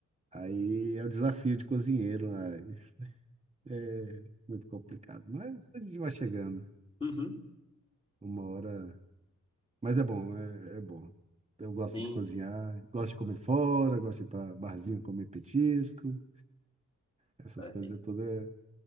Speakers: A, on the right; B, on the left.
A: Aí é o desafio de cozinheiro, né? É muito complicado, mas a gente vai chegando.
B: Uhum.
A: Uma hora. Mas é bom, é, é bom. Eu gosto
B: Sim.
A: de cozinhar, gosto de comer fora, gosto de ir para barzinho comer petisco, essas
B: Ah,
A: coisas
B: tem.
A: todas,